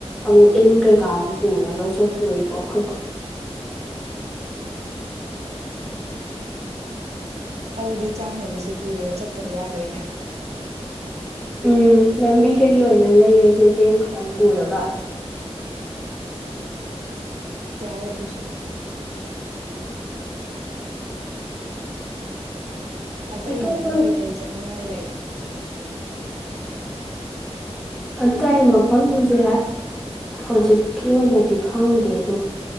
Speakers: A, in the centre; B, on the right.
A: ꯑꯃꯨꯛ ꯏꯟ ꯀꯩꯀꯥ ꯑꯃꯨꯛ ꯄꯨꯔꯒ ꯆꯠꯇꯣꯔꯤꯕꯣ ꯑꯈꯣꯏꯕꯣ
B: ꯑꯧꯗꯤ ꯆꯥꯅꯕꯁꯦ ꯄꯨꯔꯒ ꯆꯠꯇꯕ ꯌꯥꯔꯣꯏꯅꯦ
A: ꯎꯝ ꯂꯝꯕꯤꯗꯒꯤ ꯑꯣꯏꯅ ꯂꯩꯔꯁꯦ ꯆꯦꯡ ꯈꯇꯪ ꯄꯨꯔꯒ
B: ꯌꯥꯏ ꯑꯗꯨꯁꯨ ꯑꯇꯩ
A: ꯑꯇꯣꯞꯄ
B: ꯃꯐꯝ ꯀꯩ ꯀꯩ ꯆꯠꯅꯤꯡꯉꯥꯏ ꯂꯩ
A: ꯑꯇꯩ ꯃꯐꯝꯖꯦ ꯆꯦꯌꯥꯏ ꯍꯧꯖꯤꯛꯀꯤ ꯑꯣꯏꯅꯗꯤ ꯈꯪꯗꯦ ꯑꯗꯨ